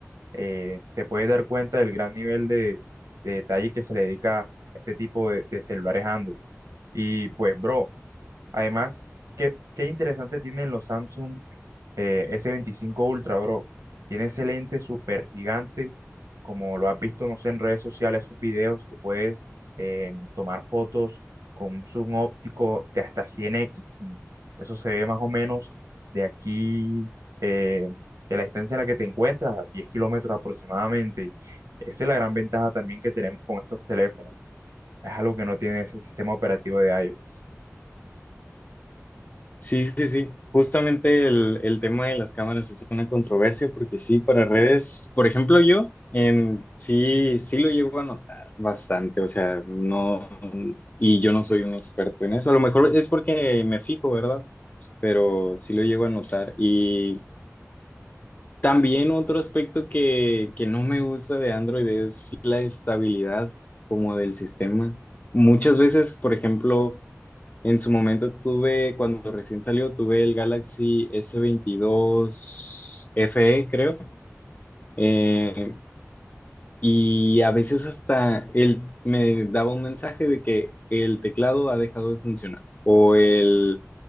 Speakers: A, on the right (about 80°); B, on the left (about 30°).
A: eh, te puedes dar cuenta del gran nivel de, de detalle que se le dedica a este tipo de, de celulares Android. Y pues, bro, además, qué, qué interesante tienen los Samsung eh, S25 Ultra, bro. Tiene ese lente súper gigante, como lo has visto, no sé, en redes sociales, esos videos que puedes eh, tomar fotos con un zoom óptico de hasta 100x. y eso se ve más o menos de aquí, eh, de la distancia en la que te encuentras, a 10 kilómetros aproximadamente. Esa es la gran ventaja también que tenemos con estos teléfonos. Es algo que no tiene ese sistema operativo de iOS.
B: Sí, sí, sí. Justamente el, el tema de las cámaras es una controversia porque sí, para redes, por ejemplo, yo en, sí, sí lo llego a notar bastante, o sea, no, y yo no soy un experto en eso, a lo mejor es porque me fijo, ¿verdad? Pero sí lo llego a notar. Y también otro aspecto que, que no me gusta de Android es la estabilidad como del sistema. Muchas veces, por ejemplo... En su momento tuve, cuando recién salió, tuve el Galaxy S22 FE, creo. Eh, y a veces hasta él me daba un mensaje de que el teclado ha dejado de funcionar o el